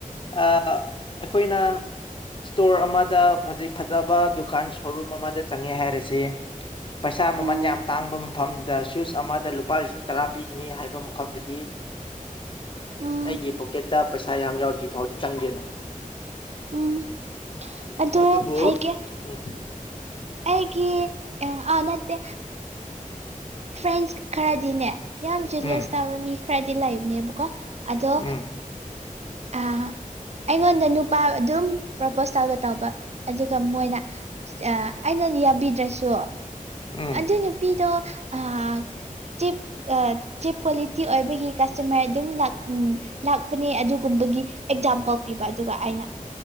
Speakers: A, on the left (about 35°); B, on the right (about 50°).
A: ꯑꯥ ꯑꯩꯈꯣꯏꯅ ꯏꯁꯇꯣꯔ ꯑꯃꯗ ꯍꯧꯖꯤꯛ ꯐꯖꯕ ꯗꯨꯀꯥꯟ ꯁꯣꯔꯨꯝ ꯑꯃꯗ ꯆꯪꯉꯦ ꯍꯥꯏꯔꯁꯦ ꯄꯩꯁꯥ ꯃꯃꯟ
B: ꯎꯝ
A: ꯌꯥꯝ ꯇꯥꯡꯕ ꯃꯐꯝꯗ ꯁꯨꯁ ꯑꯃꯗ ꯂꯨꯄꯥ ꯂꯤꯁꯤꯡ ꯇꯔꯥ ꯄꯤꯒꯅꯤ ꯍꯥꯏꯕ ꯃꯐꯝꯗꯗꯤ
B: ꯎꯝ
A: ꯑꯩꯒꯤ ꯄꯣ ꯇ ꯄꯩꯁꯥ ꯌꯥꯝ ꯌꯥꯎꯗ꯭ꯔꯤ ꯐꯥꯎꯗꯤ ꯆꯪꯗꯦꯅ
B: ꯎꯝ
A: ꯑꯥ
B: ꯑꯗꯣ
A: ꯑꯗꯨꯕꯨ
B: ꯍꯥꯏꯒꯦ
A: ꯎꯝ
B: ꯑꯩꯒꯤ ꯑꯥ ꯑꯥ ꯅꯠꯇꯦ ꯐ꯭ꯔꯦꯟꯁ ꯈꯔꯗꯤꯅꯦ ꯌꯥꯝ ꯖꯨꯂꯤꯌꯁ
A: ꯎꯝ
B: ꯇꯥꯕ ꯃꯤ ꯈꯔꯗꯤ ꯂꯩꯕꯅꯦꯕꯀꯣ ꯑꯗꯣ
A: ꯎꯝ
B: ꯑꯥ ꯑꯩꯉꯣꯟꯗ ꯅꯨꯄꯥ ꯑꯗꯨꯝ ꯄ꯭ꯔꯄꯣꯁ ꯇꯧꯕ ꯇꯧꯕ ꯑꯗꯨꯒ ꯃꯣꯏꯅ ꯑꯩꯅ ꯌꯥꯕꯤꯗ꯭ꯔꯁꯨ
A: ꯎꯝ
B: ꯑꯗꯨ ꯅꯨꯄꯤꯗꯣ ꯑꯥꯥꯥ ꯆꯤꯞ ꯆꯤꯞ ꯀ꯭ꯋꯥꯂꯤꯇꯤ ꯑꯣꯏꯕꯒꯤ ꯀꯁꯇꯃꯔ ꯑꯗꯨꯝ ꯂꯥꯛ ꯎꯝ ꯂꯥꯛꯄꯅꯦ ꯑꯗꯨꯒꯨꯝꯕꯒꯤ ꯑꯦꯛꯖꯥꯝꯄꯜ ꯄꯤꯕ ꯑꯗꯨꯒ ꯑꯩꯅ